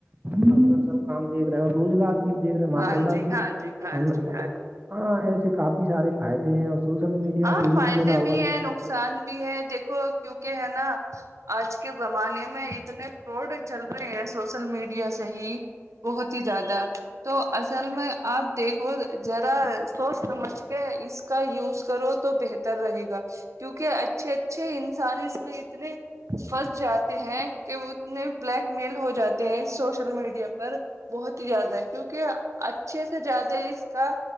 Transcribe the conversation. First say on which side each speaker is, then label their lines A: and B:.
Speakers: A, on the right (about 35°); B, on the right (about 85°).
A: نا سب کام دیکھ رہے ہیں اور روزگار بھی دیکھ رہے ماشاء
B: ہاں
A: اللہ
B: جی
A: تو
B: ہاں جی ہاں
A: ہمیں
B: جی ہاں جی
A: ہاں ایسے کافی سارے فائدے ہیں اور سوشل میڈیا
B: ہاں
A: سے یہ
B: فائدے
A: دیکھا ہوا
B: بھی ہیں ن نقصان بھی ہے دیکھو کیونکہ ہے نا آج کے زمانے میں اتنے روڈ چل رہے ہیں سوشل میڈیا سے ہی بہت ہی زیادہ تو اصل میں آپ دیکھو ذرا سوچ سمجھ کے اس کا یوز کرو تو بہتر رہے گا کیونکہ اچھے اچھے انسان اس میں اتنے پھنس جاتے ہیں کہ اتنے بلیک میل ہو جاتے ہیں سوشل میڈیا پر بہت ہی زیادہ ہے کیونکہ اچھے سے زیادہ اس کا